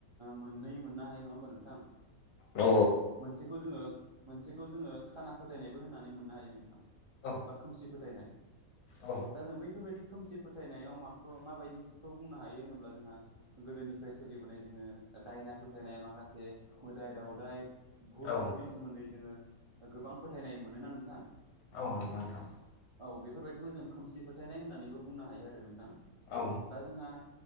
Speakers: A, on the right (about 40°); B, on the left (about 80°).
A: मोन्नै मोननो हायो नङा होमबा नोंथां?
B: औ
A: मोनसेखौ जोङो मोनसेखौ जोङो खाना फोथायनायबो होननानै मोननो हायो नोंथां।
B: औ
A: बा खोमसि फोथायनाय।
B: औ
A: दा जों बैफोरबायदि खोमसि फोथायनायाव माखो माबायदि खौ बुंनो हायो होनोब्ला जोंहा गोदोनिफ्राय सोलिबोनाय जोङो दायना फोथायनाय मा खासे मोदाय दाउदाय भुटफोरनि
B: औ
A: सोमोन्दै जोङो गोबां फोथायनाय मोनोना नोंथां।
B: औ नंगौ नोंथां।
A: औ बेफोरबायदिखौ जों खोमसि फोथायनाय होननानैबो बुंनो हायो आरो नोंथां।
B: औ।
A: दा जोंहा